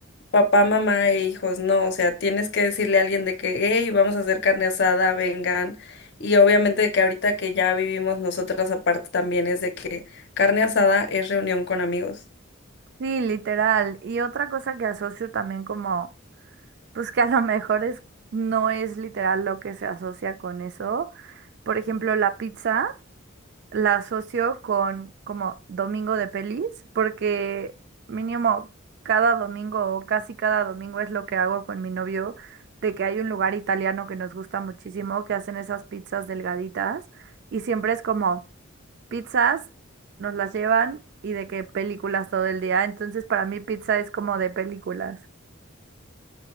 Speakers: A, on the left; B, on the right.
A: papá, mamá e hijos, no, o sea, tienes que decirle a alguien de que, hey, vamos a hacer carne asada, vengan. Y obviamente de que ahorita que ya vivimos nosotras aparte también es de que carne asada es reunión con amigos.
B: Sí, literal. Y otra cosa que asocio también como Pues que a lo mejor es, no es literal lo que se asocia con eso. Por ejemplo, la pizza la asocio con como domingo de pelis, porque mínimo cada domingo o casi cada domingo es lo que hago con mi novio, de que hay un lugar italiano que nos gusta muchísimo, que hacen esas pizzas delgaditas y siempre es como pizzas, nos las llevan y de qué películas todo el día. Entonces para mí pizza es como de películas.